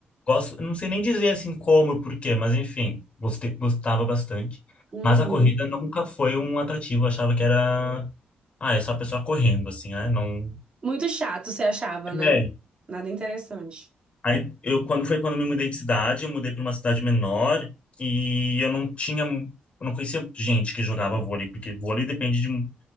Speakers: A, on the left; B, on the right.
A: gosto, eu não sei nem dizer assim como e por quê, mas enfim, gostei, gostava bastante.
B: Uhum.
A: Mas a corrida nunca foi um atrativo, eu achava que era, ah, é só a pessoa correndo assim, né? Não
B: Muito chato, você achava, né?
A: é,
B: Nada interessante.
A: Aí eu quando foi quando eu me mudei de cidade, eu mudei para uma cidade menor e eu não tinha, eu não conhecia gente que jogava vôlei, porque vôlei depende de um,